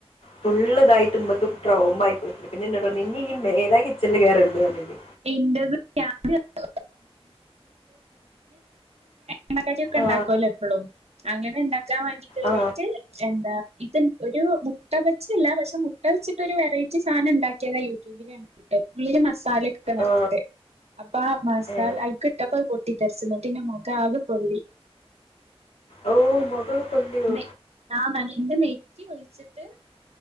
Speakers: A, on the left; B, on the right.
A: ഫുള്ള്തായിട്ട് മ്മക്ക് പ്രോം ആയിട്ട് ന്നിട്ട്ന്നോട് പറഞ്ഞ് ഇഞ്ഞി ഈ മേലാൽ ചെന്ന് കേറരുത് ന്ന്
B: ഇൻ്റത് <unintelligible> ങ്ങനെ <unintelligible> ഉണ്ടാക്കുവല്ലോ
A: ആ
B: എപ്പളും അങ്ങനെ ക്കാൻ വേണ്ടിട്ട് കേറിട്ട്
A: ആ
B: എന്താ ഇത് ഒരു മുട്ട വെച്ച്ല്ല പക്ഷേ മുട്ട വെച്ചിട്ട് ഒരു വെറൈറ്റി സാനം ഉണ്ടാക്കിയതാ യൂട്യൂബില് കണ്ടിട്ട് ഉള്ളില് മസാല <unintelligible>
A: ആ
B: അപ്പ ആ മസാല
A: ഏ
B: അയ്ക്ക്ട്ടപ്പോ പൊട്ടി പൊട്ടി തെർച്ച് ന്ന്ട്ട് ന്റെ മുഖാകെ പൊള്ളി
A: ഓ മുകൾ കൊണ്ടിയോ
B: മെ ആ <unintelligible> ൻ്റെ മേ റ്റി ഒയിച്ചിട്ട്